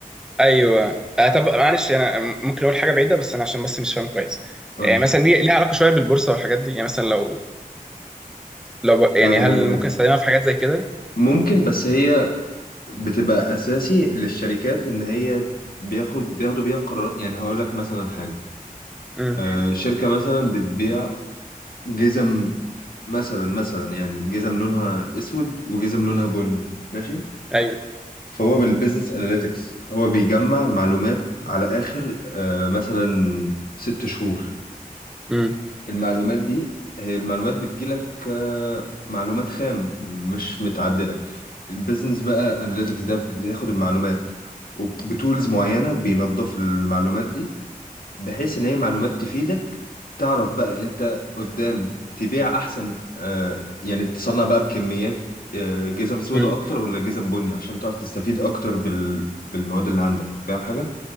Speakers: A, in the centre; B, on the left.
A: ايوه آه، طب معلش انا ممكن اقول حاجه بعيده بس انا عشان بس مش فاهم كويس
B: قولي
A: يعني مثلا دي ليها علاقه شويه بالبورصه والحاجات دي يعني مثلا لو لو ب- يعني
B: آه،
A: هل ممكن استخدمها في حاجات زي كده
B: ممكن بس هي بتبقى أساسي للشركات إن هي بياخد بياخدوا بيها قرارات يعني هقول لك مثلا حاجة
A: امم
B: آه، شركة مثلا بتبيع جزم مثلا مثلا يعني جزم لونها أسود وجزم لونها بني ماشي
A: ايوه
B: فهو بالبيزنس اناليتكس هو بيجمع معلومات على اخر آه، مثلا ست شهور
A: امم
B: المعلومات دي هي المعلومات بتجيلك آه، معلومات خام مش متعدلة البيزنس بقى اناليتكس ده بياخد المعلومات وبتولز معينة بينظف المعلومات دي بحيث ان هي معلومات تفيدك تعرف بقى انت قدام تبيع احسن آه يعني تصنع بقى بكميات آه جزم سودا
A: امم
B: اكتر ولا جزم بني عشان تعرف تستفيد اكتر بال... بالمواد اللي عندك فاهم حاجة؟